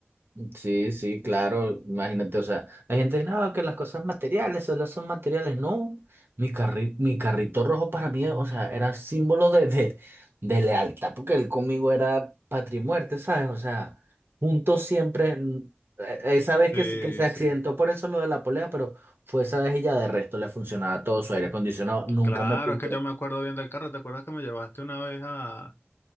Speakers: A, on the right; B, on the left.
A: sí, sí, claro, imagínate, o sea, La gente, no, que las cosas materiales solo son materiales. No, mi carri- mi carrito rojo para mí, o sea, era símbolo de, de, de lealtad, porque él conmigo era patria y muerte, ¿sabes? O sea, juntos siempre, mm, e- esa vez
B: Sí,
A: que, se- que se
B: sí.
A: accidentó por eso lo de la polea, pero fue esa vez y ya de resto le funcionaba todo su aire acondicionado, nunca
B: Claro,
A: me pidió.
B: es que yo me acuerdo bien del carro. ¿Te acuerdas que me llevaste una vez a...